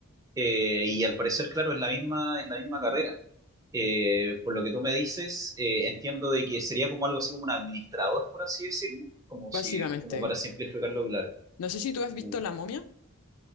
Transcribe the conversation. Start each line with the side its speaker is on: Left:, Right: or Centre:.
Right: Eh, y al parecer, claro, es la misma, es la misma carrera. Eh, por lo que tú me dices, eh, entiendo de que sería como algo así como un administrador, por así decirlo, como
Left: Básicamente,
Right: si, como para simplificarlo, claro.
Left: no sé si tú has visto
Right: Mm.
Left: La Momia.